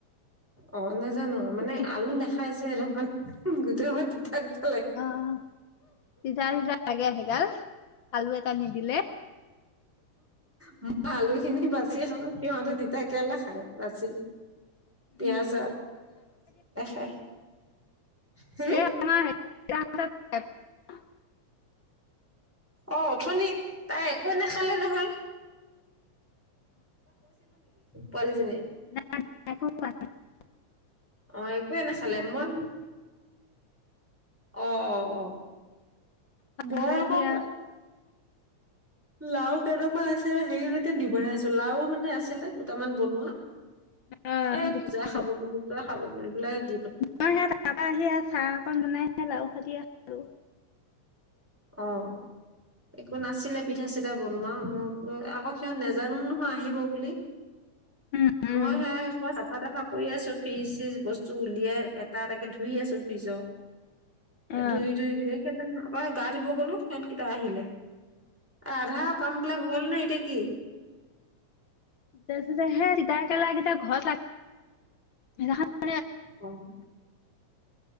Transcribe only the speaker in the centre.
অ', নাজানো মানে
আলু নেখাই যে হেইটুকাৰণেই গোটেইখোপা তিতা, তি
উম-হ মই আলু খিনি বাচি খাওঁ। সিহঁতে তিতাকেৰেলা খাই বাচি। পিয়াজ
আ। হুম
অ', উঠনি তাই একোয়ে নাখালে নহয়। পোৱালিজনিয়ে।
অ একোৱে নাখালে মই অ', অ', অ', মই
আকৌ
লাও কেইটামান আছিলে হেৰিলৈকে দি বনাইছো লাও মানে আছিলে দুটামান বনোৱা।
এ
পূজাই খাব বুলি <unintelligible>
অ', একো নাছিলে পিঠা-চিঠা বনোৱা, মই বোলো আকৌ সিহঁত নোজানো নহয় আহিব বুলি।
মই সে সে চাফা-তাফা কৰি আছো ফ্ৰিজ চিজ বস্তু উলিয়াই এটা এটাকে ধুই আছোঁ ফ্ৰিজৰ।
ধুই ধুই ধুই সেই গা ধুব গলো সিহঁতকেইটা আহিলে। আধা কাম বিলাক হ'ল নে এতিয়া কি।
উম